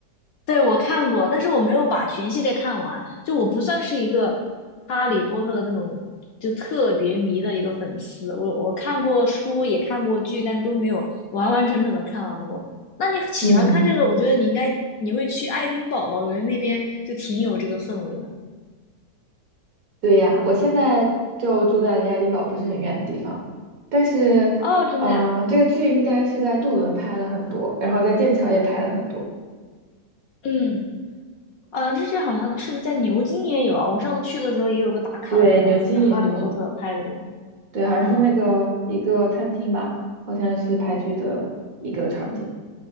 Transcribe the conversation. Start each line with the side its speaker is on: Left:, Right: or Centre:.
Left: 对，我看过，但是我没有把全系列看完。就我不算是一个哈利波特的那种就特别迷的一个粉丝，我我看过书，也看过剧，但都没有完完整整的看完过。那你喜欢看这个，
Right: 嗯。
Left: 我觉得你应该你会去爱丁堡吧，我觉得那边就挺有这个氛围的。
Right: 对呀，我现在就住在离爱丁堡不是很远的地方，但是，
Left: 哦，真的呀，
Right: 呃，这个剧应该是在杜伦拍了很多，然后在剑桥也拍了很多，
Left: 嗯，呃，之前好像是不是在牛津也有啊？我上次去的时候也有个打卡的地方，
Right: 对，牛津也有，
Left: 说是哈利波特拍的地方。
Right: 对，好像是那个一个餐厅吧，
Left: 嗯
Right: 好像是拍剧的一个场景。